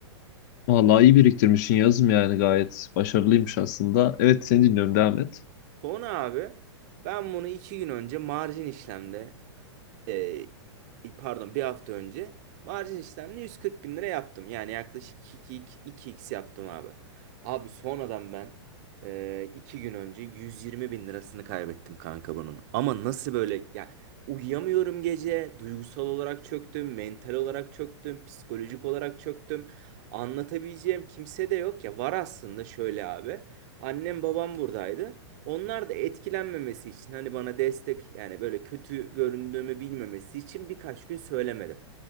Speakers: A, on the left; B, on the right.
A: Vallahi iyi biriktirmişsin Yağız'ım yani. Gayet başarılıymış aslında. Evet seni dinliyorum. Devam et.
B: Sonra abi ben bunu iki gün önce marjin işlemde e, pardon bir hafta önce marjin işlemle 140 bin lira yaptım. Yani yaklaşık iki iki iki x yaptım abi. Abi sonradan ben e, iki gün önce 120 bin lirasını kaybettim kanka bunun. Ama nasıl böyle ya uyuyamıyorum gece duygusal olarak çöktüm mental olarak çöktüm psikolojik olarak çöktüm. Anlatabileceğim kimse de yok ya var aslında şöyle abi. Annem babam buradaydı. Onlar da etkilenmemesi için hani bana destek yani böyle kötü göründüğümü bilmemesi için birkaç gün söylemedim.